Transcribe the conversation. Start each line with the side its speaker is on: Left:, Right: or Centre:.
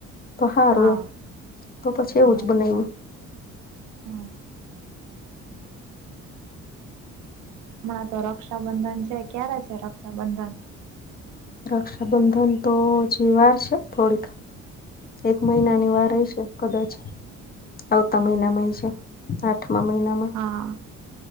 Left: તો સારું
Right: હા
Left: એ તો પછી એવું
Right: હા
Left: જ બનાવ્યું
Right: તો હા હમણાં તો રક્ષાબંધન છે ક્યારે છે રક્ષાબંધન
Left: રક્ષાબંધન તો હજી વાર છે ને થોડીક એક મહિનાની
Right: હમ
Left: વાર હઈશે કદાચ આવતા
Right: હમ.
Left: મહિનામાં એ છે આઠમા મહિનામાં
Right: હા